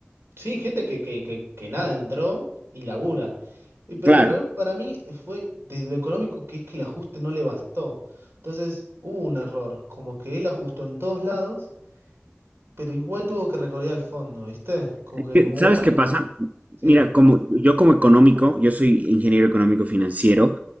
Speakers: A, on the right; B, on the right.
A: Sí, gente que, que, que, que nada entró y labura. Y- Pero
B: Claro.
A: el problema para mí fue desde lo económico, que es que el ajuste no le bastó. Entonces hubo un error, como que él ajustó en todos lados, pero igual tuvo que recorrer al fondo, ¿viste? Como
B: Es
A: que
B: que,
A: igual...
B: ¿Sabes qué pasa?
A: Sí,
B: Mira, como yo como económico, yo soy ingeniero económico financiero,